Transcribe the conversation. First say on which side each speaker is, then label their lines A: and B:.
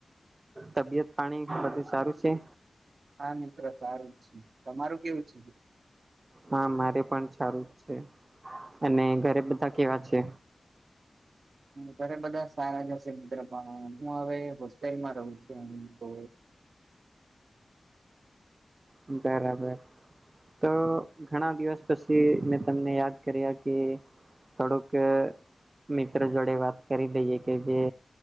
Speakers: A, on the right; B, on the right.
A: તબિયત પાણી બધું સારું છે.
B: હા મિત્ર સારું છે. તમારું કેવું છે?
A: હા મારે પણ સારું જ છે. અને ઘરે બધા કેવા છે?
B: ઘરે બધા સારા જ હશે મિત્ર પણ હું હવે હોસ્ટેલમાં રહું છું. તો
A: બરાબર. તો ઘણા દિવસ પછી મેં તમને યાદ કર્યા કે થોડુંક મિત્ર જોડે વાત કરી દઈએ, કે જે